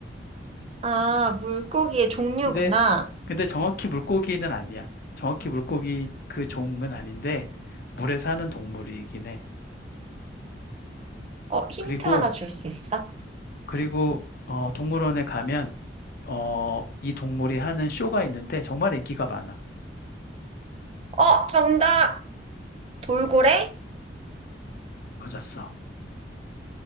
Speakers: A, on the right; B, on the left.
A: 아, 물고기의 종류구나.
B: 근데, 근데 정확히 물고기는 아니야. 정확히 물고기 그 종은 아닌데, 물에 사는 동물이긴 해.
A: 어, 힌트
B: 그리고,
A: 하나 줄 수 있어?
B: 그리고, 어, 동물원에 가면, 어, 이 동물이 하는 쇼가 있는데, 정말 인기가 많아.
A: 어, 정답! 돌고래?
B: 어, 맞았어.